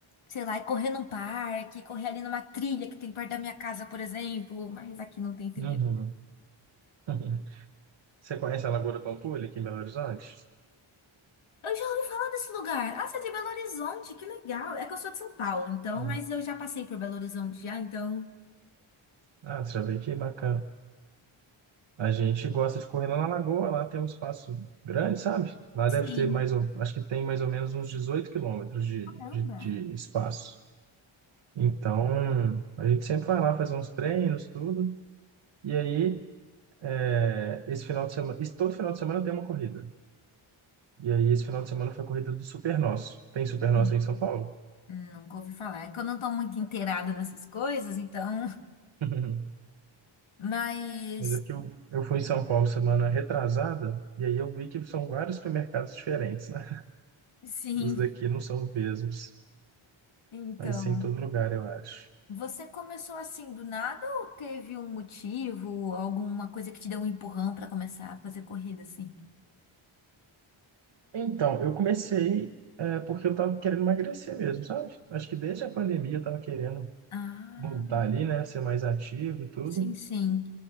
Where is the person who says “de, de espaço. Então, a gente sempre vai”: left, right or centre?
Right